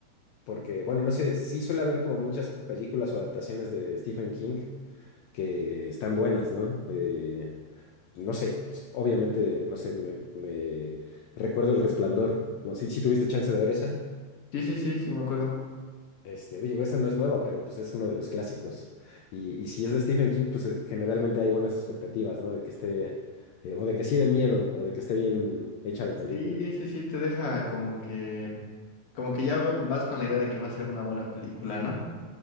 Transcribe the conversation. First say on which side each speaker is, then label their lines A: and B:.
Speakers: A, on the left (about 85°); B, on the left (about 50°).
A: porque, bueno, no sé, sí suele haber como muchas películas o adaptaciones de Stephen King que están buenas, ¿no? Eh, no sé, pues, obviamente, no sé, me, me- recuerdo El Resplandor, no sé si tuviste chance de ver esa.
B: Sí, sí, sí, sí me acuerdo.
A: Este, digo, esa no es nueva, pero pues es uno de los clásicos. Y, y si es de Stephen King, pues eh, generalmente hay buenas expectativas, ¿no? De que esté, eh, o de que sí de miedo, o de que esté bien hecha la película.
B: Sí, sí, sí, te deja como que, como que ya va- vas con la idea de que va a ser una buena película, ¿no?